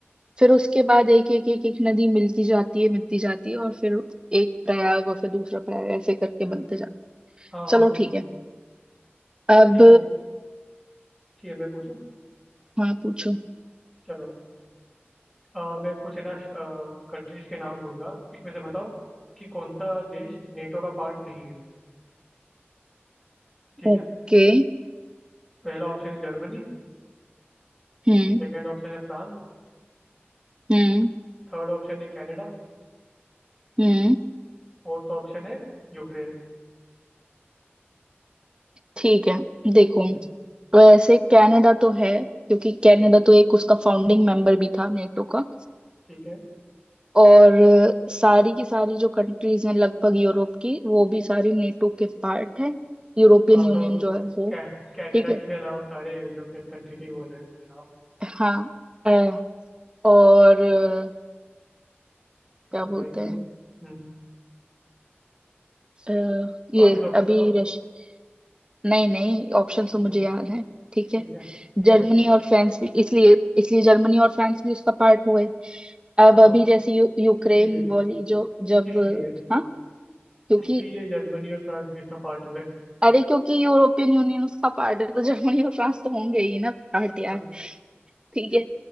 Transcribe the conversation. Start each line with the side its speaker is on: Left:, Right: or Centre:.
Right: फिर उसके बाद एक एक एक एक नदी मिलती जाती है मिलती जाती है और फिर एक प्रयाग और फिर दूसरा प्रयाग ऐसे करके
Centre: हम्म,
Right: बनते जाते
Centre: हाँ हाँ
Right: चलो
Centre: हम्म,
Right: ठीक है अब
Centre: ठीक है ठीक है मैं पूछूं
Right: हाँ पूछो
Centre: चलो अ, मैं कुछ है ना कंट्रीज के नाम लूंगा इसमें से बताओ कि कौन सा देश नेटो का पार्ट नहीं है ठीक है
Right: ओके
Centre: पहला ऑप्शन है जर्मनी
Right: हम्म
Centre: सेकंड ऑप्शन है फ्रांस
Right: हम्म
Centre: थर्ड ऑप्शन है कनाडा
Right: हम्म
Centre: फोर्थ ऑप्शन है यूक्रेन
Right: ठीक है देखो
Centre: हम्म,
Right: वैसे कनाडा तो है क्योंकि कनाडा
Centre: ठीक है
Right: तो एक उसका फाउंडिंग मेंबर भी था नेटो का
Centre: ठीक है
Right: और सारी की सारी जो कंट्रीज हैं लगभग यूरोप की वो भी सारी नेटो के पार्ट है यूरोपियन
Centre: हाँ
Right: यूनियन
Centre: तो
Right: जो है वो
Centre: कै, कनाडा
Right: ठीक है
Centre: के अलावा सारे यूरोपियन कंट्री के ही बोल रहे हैं मेरे नाम
Right: हाँ अ, और अ,
Centre: तो
Right: क्या
Centre: बताइए
Right: बोलते हैं
Centre: हम्म
Right: अ, ये
Centre: वापिस ऑप्शन
Right: अभी
Centre: बताओ
Right: रश नहीं नहीं ऑप्शन तो
Centre: ठीक
Right: मुझे
Centre: है
Right: याद है ठीक
Centre: ठीक
Right: है
Centre: है ठीक
Right: जर्मनी
Centre: है
Right: और फ्रांस भी इसलिए इसलिए जर्मनी और फ्रांस भी उसका पार्ट हुए अब
Centre: हाँ
Right: अभी जैसे यू, यूक्रेन
Centre: किस लिए
Right: वाली जो जब
Centre: किस लिए
Right: हाँ क्योंकि
Centre: किस लिए जर्मनी और फ्रांस भी इसका पार्ट हुए
Right: अरे क्योंकि यूरोपियन यूनियन उसका पार्ट है तो जर्मनी और फ्रांस तो होंगे ही ना पार्ट
Centre: अच्छा
Right: यार ठीक है